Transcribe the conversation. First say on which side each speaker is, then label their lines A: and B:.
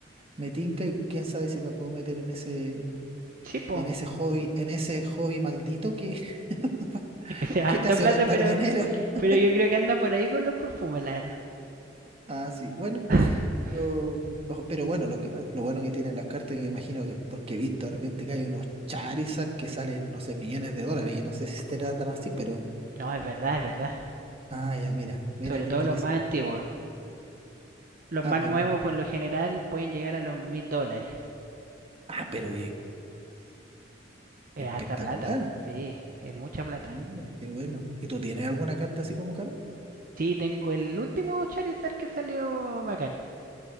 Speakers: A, on the right; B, on the right.
A: me tinca y quién sabe si me puedo meter en ese,
B: Sí, po.
A: en ese hobby, en ese hobby maldito que, <laughs>
B: Se va
A: que
B: harta
A: te hace
B: plata,
A: gastar
B: pero,
A: dinero. <laughs>
B: pero yo creo que anda por ahí con los perfumes, la verdad.
A: Ah, sí, bueno,
B: <laughs>
A: pero, ojo, pero bueno, lo que, pa- lo bueno que tienen las cartas, que imagino que, porque he visto de repente que hay unos Charizard que salen, no sé, millones de dólares, yo no sé si estarán tan así, pero
B: No, es verdad, es verdad.
A: Ah, ya, mira, mira
B: Sobre
A: qué
B: todo
A: interesante.
B: los más antiguos. Los
A: Ah,
B: más
A: pero,
B: nuevos, por lo general, pueden llegar a los mil dólares.
A: ah, pero es
B: Es
A: espectacular.
B: harta plata, sí, es mucha plata.
A: Mira, qué bueno. ¿Y tú tienes alguna carta así como cara?
B: Sí, tengo el último Charizard que salió bacán,